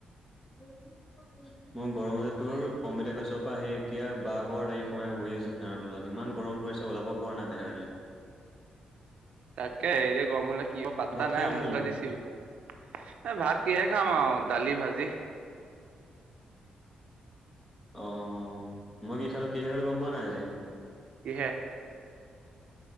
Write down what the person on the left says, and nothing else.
<unintelligible> মোৰ গৰমতে তোৰ কম্পিউটাৰ ক্লাছৰ পৰা আহি এতিয়া বাৰঘৰ আহি সোমাই বহি আছো ফেনৰৰ তলত। ইমান গৰম পৰিছে ওলাব পৰা নাই বাহিৰলে।
ভাত
কিহে
খালি
অহ, মই কি খালো কিহে খালো গম পোৱা নাই আজি